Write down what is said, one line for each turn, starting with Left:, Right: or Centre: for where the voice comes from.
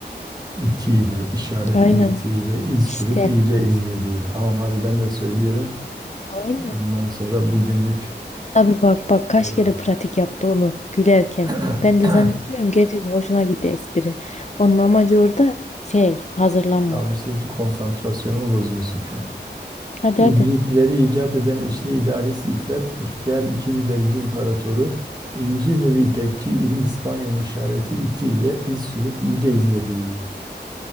Right: itiyle, işaretli
Left: Aynen.
Right: itiyle iz
Left: İşte
Right: sürüp iyice izlediği. Tamam hadi ben de söylüyorum.
Left: Aynen.
Right: Ondan sonra bugünlük
Left: Abi bak bak kaç
Right: terörsün.
Left: kere pratik yaptı onu gülerken.
Right: <clears throat>
Left: Ben de zannediyorum
Right: <coughs>
Left: gerçekten hoşuna gitti espri. Onun amacı orada şey hazırlanmak.
Right: Tamam işte hiç konsantrasyonumu bozuyorsun şu an.
Left: Hadi
Right: İbrikleri
Left: hadi.
Right: icat eden işli idealist İffet, ihtiyar ikiz ilerici imparatoru, İncirlili İpekçi iri İspanyol işareti itiyle iz sürüp iyice izlediği.